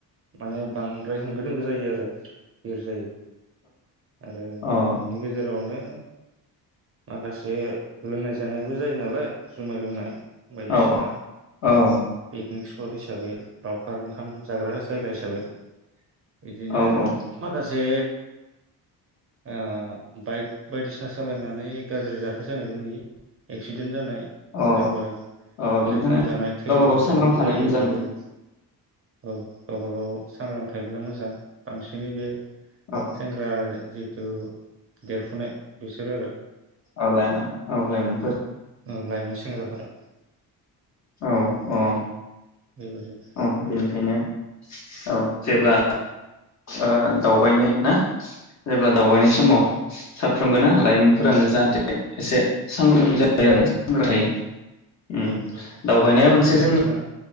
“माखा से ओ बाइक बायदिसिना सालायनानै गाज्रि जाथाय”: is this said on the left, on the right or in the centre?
Right